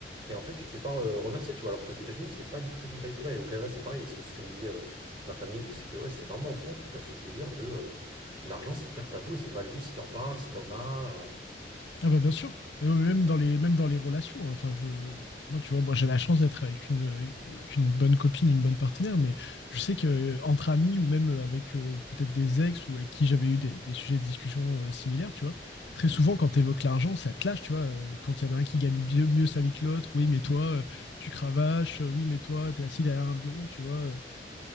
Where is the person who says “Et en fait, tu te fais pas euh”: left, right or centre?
Right